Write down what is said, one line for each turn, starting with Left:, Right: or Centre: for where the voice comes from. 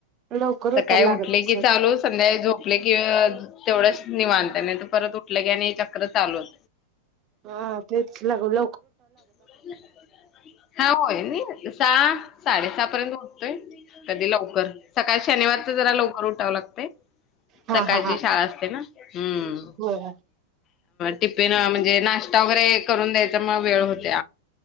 Right: लवकर
Left: सकाळी
Right: उठायला लागत
Left: उठले
Right: असेल
Left: की चालू संध्याकाळी झो झोपल की अ तेवढच निवांत नाही तर परत उठलं की चक्र चालूच
Right: हा तेच लगे
Left: <unintelligible> साडेसहा पर्यंत उठतोय. कधी लवकर, सकाळी शनिवारच जरा लवकर उठावं लागतय.
Right: हा
Left: सकाळची
Right: हा हा
Left: शाळा असते ना. हम्म.
Right: होय
Left: टिफिन म्हणजे नाश्ता वगैरे करून द्यायचा मग वेळ होतोय.